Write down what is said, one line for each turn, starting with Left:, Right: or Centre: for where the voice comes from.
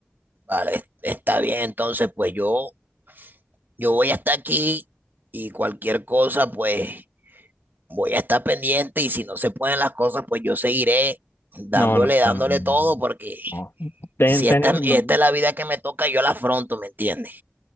Right: Vale, está bien. Entonces, pues yo, yo voy hasta aquí y cualquier cosa, pues voy a estar pendiente. Y si no se pueden las cosas, pues yo seguiré dándole,
Left: No, no,
Right: dándole
Left: no, no.
Right: todo, porque
Left: no. Ten,
Right: si
Left: ten-
Right: esta, es- esta
Left: no,
Right: es la vida que me toca, yo la afronto, ¿me entiendes?